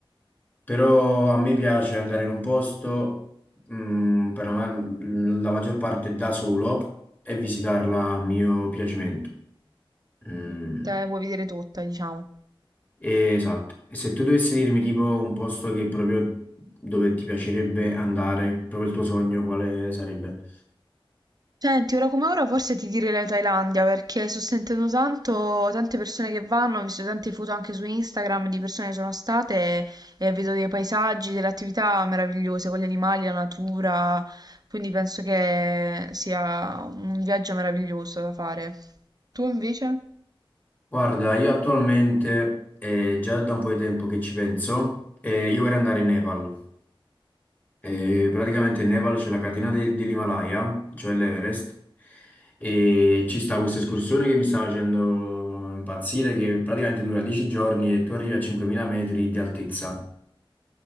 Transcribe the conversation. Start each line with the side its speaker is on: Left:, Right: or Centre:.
Left: però a me piace andare in un posto, mm, per la, ma- la maggior parte da solo e visitarla a mio piacimento. Mm,
Right: Mm, Te la vuoi vedere tutta, diciamo.
Left: esatto. E se tu dovessi dirmi tipo un posto che proprio dove ti piacerebbe andare, proprio il tuo sogno, quale sarebbe?
Right: Senti, ora come ora forse ti direi la Thailandia perché sto sentendo tanto, tante persone che vanno, ho visto tante foto anche su Instagram di persone che sono state e vedo dei paesaggi, delle attività meravigliose con gli animali, la natura, quindi penso che sia un viaggio meraviglioso da fare. Tu invece?
Left: Guarda, io attualmente, eh, già da un po' di tempo che ci penso, eh, io vorrei andare in Nepal. Eh, praticamente in Nepal c'è la catena de- dell'Himalaya, cioè l'Everest, e ci sta questa escursione che mi sta facendo impazzire, che praticamente dura 10 giorni e tu arrivi a 5.000 metri di altezza.